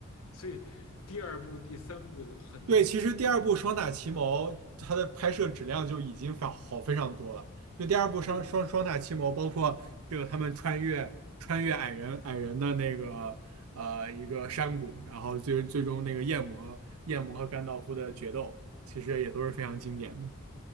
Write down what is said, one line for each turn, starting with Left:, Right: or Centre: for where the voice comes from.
Left: 所以第二部、第三部的很
Right: 对，其实第二部《双塔奇谋》它的拍摄质量就已经非好非常多了。
Left: 就
Right: 就第二部双双双塔奇谋，
Left: 所以
Right: 包括这个他们穿越穿越矮人矮人的那个呃一个山谷，然后最最终那个夜魔夜魔和甘道夫的决斗，其实也都是非常经典的。